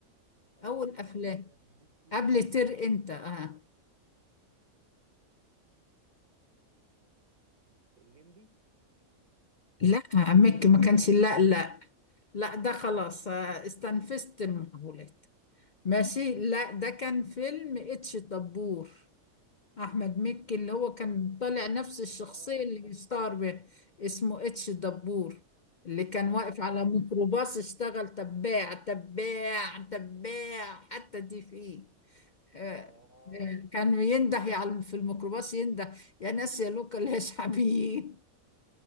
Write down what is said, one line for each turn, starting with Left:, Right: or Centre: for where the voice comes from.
Right: أول
Left: اول افلام
Right: أفلام مكي
Left: قبل تر انت اه
Right: آه الليمبي
Left: لا عمك ما كانش لا لا لا ده خلاص آه، استنفذت المحاولات ماشي لا ده كان فيلم اتش دبور احمد مكي اللي هو كان طالع نفس الشخصية
Right: آه
Left: اللي اشتهر بيها اسمه اتش دبور اللي كان
Right: آه
Left: واقف على
Right: آه
Left: ميكروباص اشتغل تباع تباع تباع حتى دي فيه آه،
Right: آه
Left: آه، كان ينده يعني في الميكروباص ينده يا ناس يا لوكا ليش حبيب